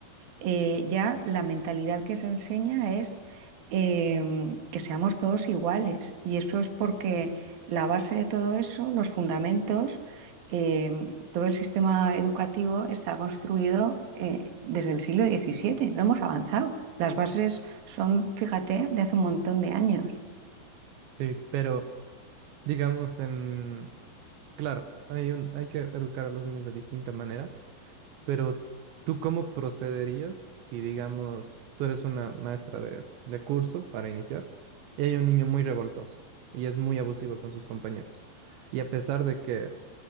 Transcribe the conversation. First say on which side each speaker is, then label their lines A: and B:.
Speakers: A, on the right; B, on the right.
A: eh, ya la mentalidad que se enseña es em, que seamos todos iguales. Y eso es porque la base de todo eso, los fundamentos, em, todo el sistema educativo está construido eh, desde el siglo XVII. No hemos avanzado. Las bases son, fíjate, de hace un montón de años.
B: Sí, pero digamos en, claro, hay un, hay que educar a los niños de distinta manera. Pero ¿tú cómo procederías si, digamos, tú eres una maestra de, de curso para iniciar y hay un niño muy revoltoso y es muy abusivo con sus compañeros? Y a pesar de que,